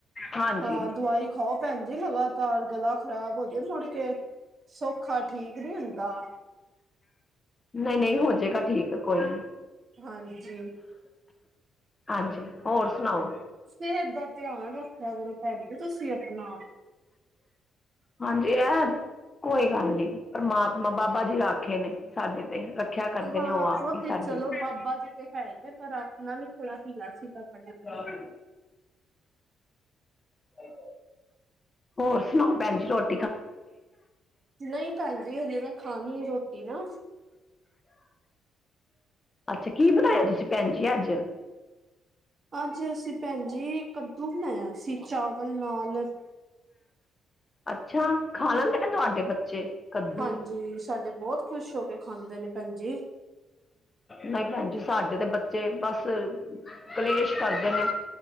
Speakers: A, on the left; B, on the right.
A: ਹਾਂਜੀ।
B: ਹਾਂ ਦਵਾਈ ਖਾਓ ਭੈਣ ਜੀ ਲਗਾਤਾਰ ਗਲਾ ਖ਼ਰਾਬ ਹੋ ਜੇ ਮੁੜ ਕੇ, ਸੌਖਾ ਠੀਕ ਨੀ ਹੁੰਦਾ।
A: ਨਹੀਂ-ਨਹੀਂ ਹੋਜੇਗਾ ਠੀਕ ਕੋਈ ਨੀ।
B: ਹਾਂਜੀ।
A: ਹਾਂਜੀ ਹੋਰ ਸੁਣਾਓ।
B: ਸਿਹਤ ਦਾ ਧਿਆਨ ਰੱਖਿਆ ਕਰੋ। ਭੈਣ ਜੀ ਤੁਸੀਂ ਆਪਣਾ।
A: ਹਾਂਜੀ ਆਹ। ਕੋਈ ਗੱਲ ਨੀ, ਪਰਮਾਤਮਾ ਬਾਬਾ ਜੀ ਰਾਖੇ ਨੇ ਸਾਡੇ ਤੇ ਰੱਖਿਆ ਕਰਦੇ
B: ਹਾਂ।
A: ਨੇ ਆਪ
B: ਉਹ
A: ਹੀ
B: ਤੇ
A: ਸਾਡੀ
B: ਚਲੋ ਬਾਬਾ ਜੀ ਤੇ ਹੈ ਨੇ, ਪਰ ਆਪਣਾ ਵੀ ਥੋੜ੍ਹਾ ਹੀਲਾ ਵਸੀਲਾ ਕਰੀਏ।
A: <unintelligible> <inaudible> ਹੋਰ ਸੁਣਾਓ ਭੈਣ ਜ ਰੋਟ
B: ਨਹੀਂ ਭੈਣਜੀ ਹਜੇ ਮੈਂ ਖਾਣੀ ਆ ਰੋਟੀ ਨਾ।
A: ਅੱਛਾ ਕੀ ਬਣਾਇਆ ਤੁਸੀਂ ਭੈਣ ਜੀ ਅੱਜ?
B: ਅੱਜ ਅਸੀਂ ਭੈਣ ਜੀ, ਕੱਦੂ ਬਣਾਇਆ ਸੀ ਚਾਵਲ ਨਾਲ।
A: ਅੱਛਾ ਖਾ ਲੈਂਦੇ ਨੇ ਤੁਹਾਡੇ ਬੱਚੇ? ਕੱਦੂ
B: ਹਾਂਜੀ ਸਾਡੇ ਬਹੁਤ ਖੁਸ਼ ਹੋ ਕੇ ਖਾਂਦੇ ਨੇ ਭੈਣ ਜੀ।
A: ਨਹੀਂ ਭੈਣ ਜੀ, ਸਾਡੇ ਤੇ ਬੱਚੇ ਬਸ ਕਲੇਸ਼। ਕਰਦੇ ਨੇ।